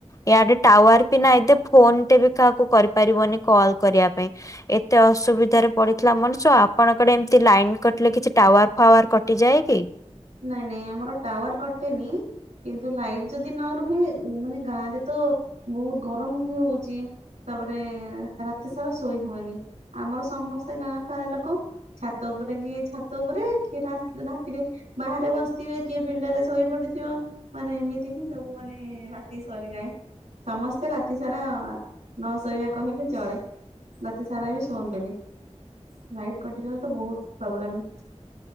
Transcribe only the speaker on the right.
ନାଇଁ ନାଇଁ ଆମର ଟାୱାର କଟେନି। କିନ୍ତୁ ଲାଇଟ ଯଦି ନ ରୁହେ ମାନେ ଗାଁରେ ତ ବହୁତ ଗରମ ବି ହଉଛି। ତାପରେ ରାତି ସାରା ଶୋଇ ହୁଏନି ଆମର ସମସ୍ତେ ଗାଁ ସାରା ଲୋକ ଛାତ ଉପରେ କି ଛାତ ଉପରେ କି ରା ରାତିରେ ବାହାରେ ବସିଥିବେ କିଏ ପିଣ୍ଡାରେ ଶୋଇ ପଡିଥିବ ମାନେ ଏମିତି ହିଁ ସବୁ ମାନେ ରାତି ସରିଯାଏ। ସମସ୍ତେ ରାତି ସାରା ନ ଶୋଇବା କହିଲେ ଚଳେ। ରାତି ସାରା ବି ଶୁଅନ୍ତିନି ଲାଇଟ କଟିଗଲେ ତ ବହୁତ ପ୍ରୋବ୍ଲେମ